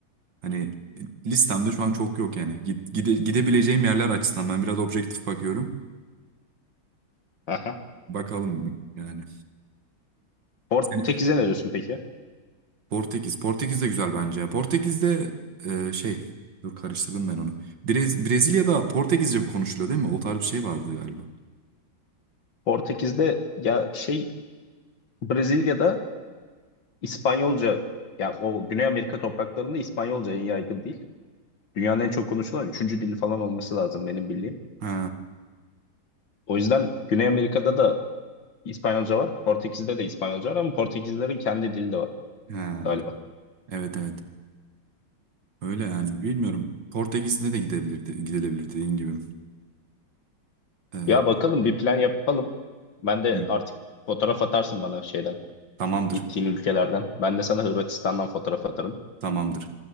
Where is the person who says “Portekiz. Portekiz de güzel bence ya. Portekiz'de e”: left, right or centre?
Right